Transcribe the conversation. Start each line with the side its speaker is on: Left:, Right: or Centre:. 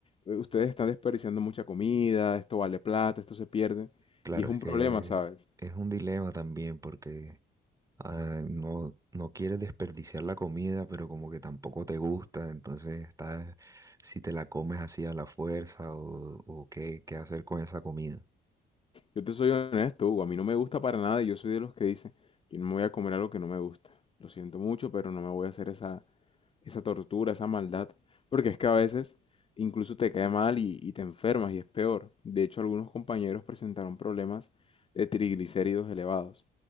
Left: "Eh, ustedes están desperdiciando mucha comida, esto vale plata, esto se pierde.
Right: claro,
Left: Y es un
Right: es que
Left: problema, ¿sabes?
Right: es un dilema también porque ah, no, no quieres desperdiciar la comida, pero como que tampoco te gusta, entonces está si te la comes así a la fuerza o, o qué, qué hacer con esa comida.
Left: Yo te soy honesto, Hugo, a mí no me gusta para nada y yo soy de los que dice yo no me voy a comer algo que no me gusta. Lo siento mucho, pero no me voy a hacer esa, esa tortura, esa maldad, porque es que a veces incluso te cae mal y, y te enfermas y es peor. De hecho, algunos compañeros presentaron problemas de triglicéridos elevados